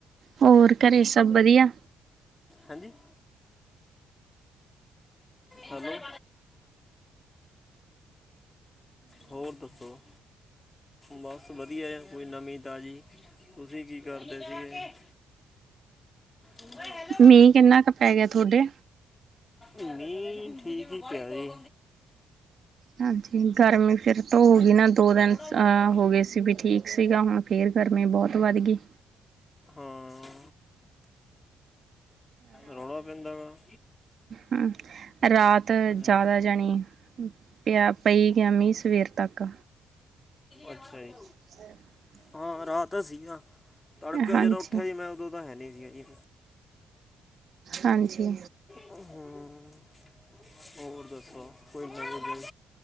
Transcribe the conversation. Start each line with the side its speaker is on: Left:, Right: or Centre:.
Right: ਹੋਰ ਘਰੇ ਸਭ ਵਧੀਆ?
Left: ਹੈਂਜੀ? ਹੈਲੋ ਹੋਰ ਦੱਸੋ? ਬਸ ਵਧੀਆ, ਕੋਈ ਨਵੀਂ-ਤਾਜ਼ੀ? ਤੁਸੀਂ ਕੀ ਕਰਦੇ ਸੀਗੇ? ਓਏ ਹੈਲ
Right: ਮੀਂਹ ਕਿੰਨਾ ਕ ਪੈਗਿਆ ਥੋਡੇ?
Left: ਮੀਂਹ, ਠੀਕ ਈ ਪਿਆ ਏ।
Right: ਹਾਂਜੀ, ਗਰਮੀ ਫਿਰ ਤੋਂ ਹੋ ਗਈ ਨਾ ਦੋ ਦਿਨ,
Left: ਥੋੜਾ ਬੋਲਦਾ ਜੀ
Right: ਹੋ ਗਏ ਸੀ ਵੀ ਠੀਕ ਸੀਗਾ ਹੁਣ ਫੇਰ ਗਰਮੀ ਬਹੋਤ ਵੱਧਗੀ।
Left: ਹਾਂ ਰੌਲਾ ਪੈਂਂਦਾ ਗਾ?
Right: ਹੰ, ਰਾਤ
Left: ਅੱਛਾ
Right: ਜ਼ਿਆਦਾ ਜਣੀ ਪਿਆ, ਪਈ ਗਿਆ ਮੀਂਹ ਸਵੇਰ ਤੱਕ।
Left: ਅੱਛਾ ਜੀ।
Right: <inaudible>
Left: ਹਾਂ-ਰਾਂ ਹਾਤ ਤਾ ਸੀਗਾ, ਤੜਕੇ
Right: ਹਾਂਜੀ,
Left: ਜਦੋਂ ਉੱਠਿਆ ਜੀ ਮੈਂ, ਉਦੋਂ ਤਾਂ ਹੈਨੀ ਸੀਗਾ ਜੀ।
Right: ਹਾਂਜੀ।
Left: ਹੂਂ, ਹੋਰ ਦੱਸੋ‌ ਕੋਈ ਨਵੀਂ ਗੱਲ?